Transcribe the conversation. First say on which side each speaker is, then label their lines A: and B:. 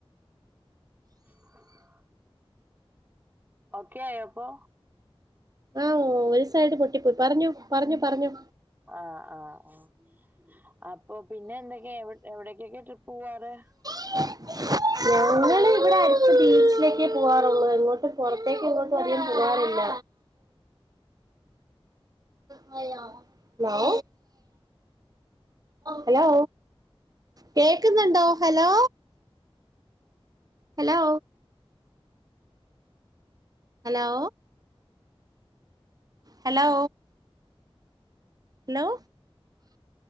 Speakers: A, on the right; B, on the right.
A: <inaudible> ഓക്കെ ആയോ അപ്പൊ?
B: ഉം, ഒരു, സൈഡ് പൊട്ടിപ്പോയി, പറഞ്ഞൊ, പറഞ്ഞൊ, പറഞ്ഞൊ.
A: ആഹ്, ആഹ്, ആഹ് അപ്പൊ, പിന്നെ എന്തൊക്കെയാ, എവിടക്കൊക്കെ ട്രിപ്പ് പോവാറ്?
B: <unintelligible> ഈ അടുത്ത് ബീച്ചിലേക്കേ പോകാറുള്ളൂ, എങ്ങോട്ടും പുറത്തേക്ക് എങ്ങോട്ടും അധികം പോവാറില്ല. ഹലോ ഹലോ, കേക്കുന്നൊണ്ടോ? Hello hello hello hello, hello